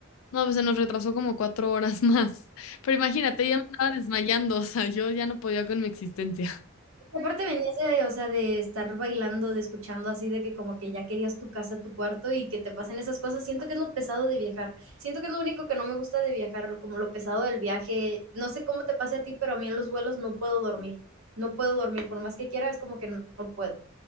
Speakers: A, on the left; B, on the right.
A: No, pues se nos retrasó como cuatro horas <laughs> más. Pero imagínate, ya me andaba desmayando, o sea, yo ya no podía con mi existencia.
B: Y aparte venías de, o sea, de estar bailando, de escuchando así, de que como que ya querías tu casa, tu cuarto y que te pasen esas cosas. Siento que es lo pesado de viajar. Siento que es lo único que no me gusta de viajar, lo- como lo pesado del viaje. No sé cómo te pase a ti, pero a mí en los vuelos no puedo dormir. No puedo dormir, por más que quiera, es como que no, no puedo.